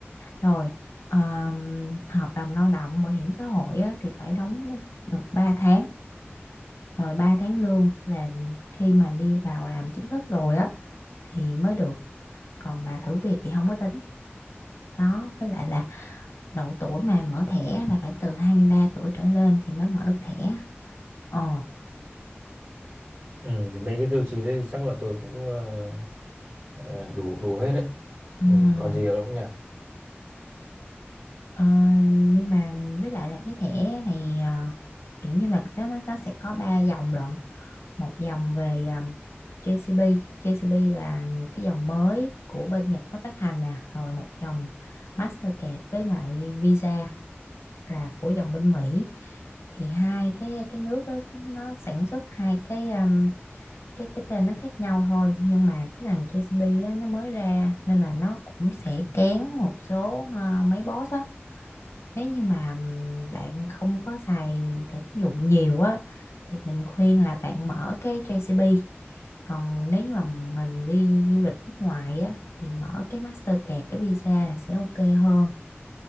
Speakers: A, on the left (about 80°); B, on the right (about 75°).
A: Rồi, ờm, hợp đồng lao động, bảo hiểm xã hội á, thì phải đóng được 3 tháng. Rồi 3 tháng lương là khi mà đi vào làm chính thức rồi á, thì mới được. Còn mà thử việc thì không có tính. Đó, với lại là độ tuổi mà mở thẻ là phải từ 23 tuổi trở lên thì mới mở được thẻ ờ
B: Ừ, thì mấy cái tiêu chí đấy thì chắc là tôi cũng ờ, ờ, đủ đủ hết đấy.
A: ừm.
B: Ừ, còn gì nữa không nhỉ?
A: Ờ, nhưng mà với lại là cái thẻ này ờ, kiểu như là nó nó nó sẽ có ba dòng lận một dòng về um, JCB JCB là cái dòng mới của bên Nhật mới phát hành nè rồi một dòng Mastercard với lại Visa là của dòng bên Mỹ thì hai cái cái nước đó nó sản xuất hai cái um, cái cái tên nó khác nhau thôi nhưng mà cái thằng JCB á, nó mới ra nên là nó cũng sẽ kén một số ờ, mấy boss á nếu như mà ừm, bạn không có xài thẻ tín dụng nhiều á thì mình khuyên là bạn mở cái JCB còn nếu như mà mình đi du lịch nước ngoài á thì mở cái Mastercard cái visa là sẽ ok hơn